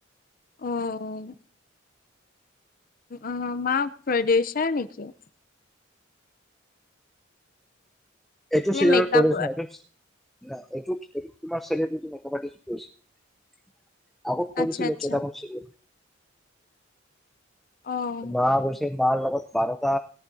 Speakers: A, on the left (about 45°); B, in the centre.
A: অঁ। অঁ মা প্ৰদুষাৰ নেকি!
B: এইটো
A: নে
B: চিৰি
A: মেকআপ
B: প্ৰডফি! ন এইটো এইটো তোমাৰ চেলিব্ৰটী মা কি কৰিছে । আকৈ
A: আচ্ছা
B: কছিলো
A: আচ্ছা
B: ত শি
A: আহঁ
B: মা গৈছে মাৰ লগত বাৰটা